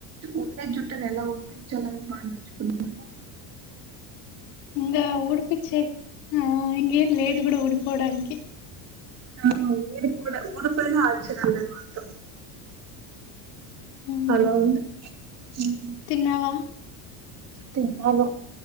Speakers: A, on the right; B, on the left.
A: ఉండే జుట్ట నెలా ఉడిపించాలో అనేది బాగా నేర్చుకుంటారు
B: ఇంకా ఊడిపచ్చే ఆ ఇంకేం లేదు కూడా ఊడిపోవడానికి
A: ఆ ఊడిపోట ఊడిపోయిన ఆచర్యం లేదు మనతో
B: హ్మ్.
A: అలా ఉంది ఉమ్
B: తిన్నావా
A: తిన్నాను